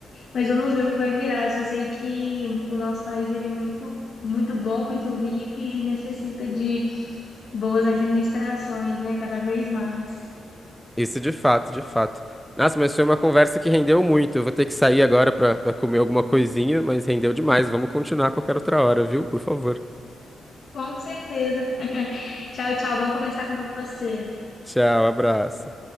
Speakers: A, on the left; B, in the centre.
A: Mas vamos ver o que vai virar. Eu só sei que o nosso país ele é muito, muito bom, muito rico e necessita de boas administrações, né? Cada vez mais.
B: Isso de fato, de fato. Nossa, mas foi uma conversa que rendeu muito. Eu vou ter que sair agora pra, pra comer alguma coisinha, mas rendeu demais. Vamos continuar a qualquer outra hora, viu? Por favor.
A: Com certeza. Tchau, tchau. Bom conversar com você.
B: Tchau, abraço.